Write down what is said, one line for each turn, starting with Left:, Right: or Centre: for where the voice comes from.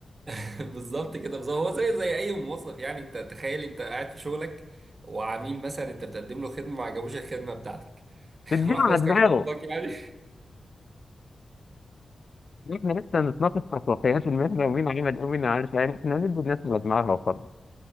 Right: <laughs> بالظبط كده بالظبط هو زي زي اي موظف يعني انت تخيل انت قاعد في شغلك وعميل مثلا انت بتقدم له خدمه ما عجبوش الخدمه بتاعتك <laughs>
Left: تديله
Right: واحمد
Left: على
Right: استخدمك
Left: دماغه
Right: يعني
Left: احنا لسه نتناقش في خصوصيات المترو ومين عمل ايه ومين ما عملش يعني احنا ندي الناس اللي دماغها وخلاص